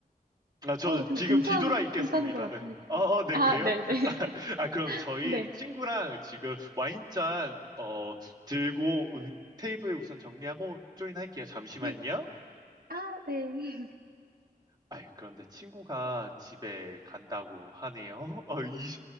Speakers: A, on the right; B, on the right.
A: 아, 저
B: 어, 근데
A: 지금
B: 괜찮,
A: 뒤돌아 있겠습니다.
B: 괜찮은 것 같으니까.
A: 어, 어, 네,
B: 아,
A: 그래요?
B: 네네.
A: <laughs>
B: <laughs>
A: 아,
B: 네.
A: 아, 그럼 저희
B: 네.
A: 친구랑 지금 와인잔, 어, 들고 음, 테이블 우선 정리하고 조인할게요. 잠시만요.
B: 네. 네. 아, 네. <laughs>
A: 아이, 그런데 친구가 집에 간다고 하네요. <laughs> 이,